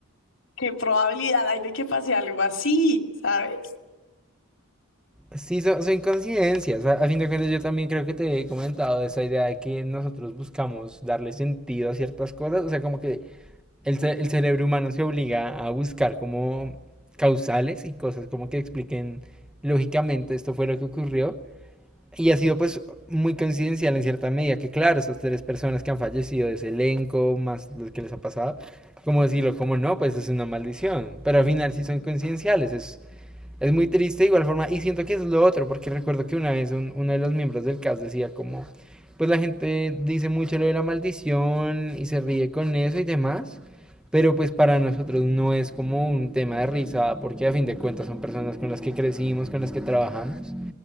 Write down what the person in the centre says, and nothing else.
Sí, son, son coincidencias. A, fin de cuentas, yo también creo que te he comentado esa idea de que nosotros buscamos darle sentido a ciertas cosas. O sea, como que el, ce- el cerebro humano se obliga a buscar como causales y cosas como que expliquen lógicamente esto fue lo que ocurrió. Y ha sido pues muy coincidencial en cierta medida que claro, esas tres personas que han fallecido de ese elenco, más lo que les ha pasado, como decirlo, como no, pues es una maldición. Pero al final sí son coincidenciales, es es muy triste de igual forma y siento que eso es lo otro, porque recuerdo que una vez un- uno de los miembros del cast decía como, pues la gente dice mucho lo de la maldición y se ríe con eso y demás, pero pues para nosotros no es como un tema de risa, porque a fin de cuentas son personas con las que crecimos, con las que trabajamos,